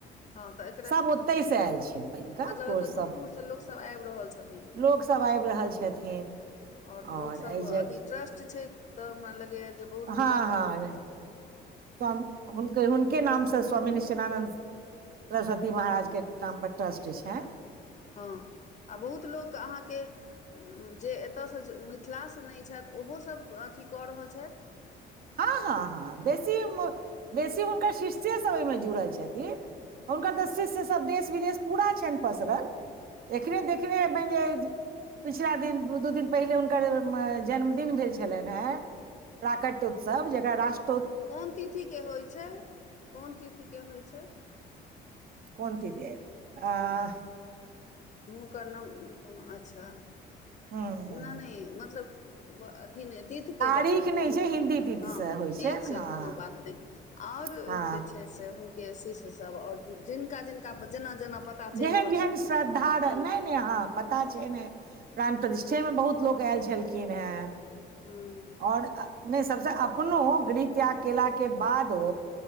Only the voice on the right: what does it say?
सब ओतहि से आयल छै बनि कऽ
टोल
सब
लोक सब आबि रहल छथिन
और
एहि जे
हँ
हँ
<unintelligible> हुनके हुनके नामसँ स्वामी निश्चलानन्द सरस्वती महाराज के नाम पर ट्रस्ट छैन
हँ हँ हँ बेसी बेसी हुनकर शिष्ये सब एइ मे जुड़ल छथिन हुनकर
तऽ शिष्य सब देश विदेश पूरा छैन पसरल एखने देखने हेबैन जे पिछला दिन दू दू दिन पहिले हुनकर जन्मदिन भेल छलैन हेंन प्राकट उत्सव जकरा रष्ट्र
कोन ती <unintelligible> आंह
ह
तारीख
नहि
छै हिन्दी
तिथि
से होइ
ने
हँ
हँ
जेहन
जेहन
श्रद्धा
रहै नेै नै ह पता छै न प्राणप्रठिष्ठे
मे बहुत लोक ऐल छेलखिन हैं
ओर नै सबसे अपनो गृह त्याग केला के बादो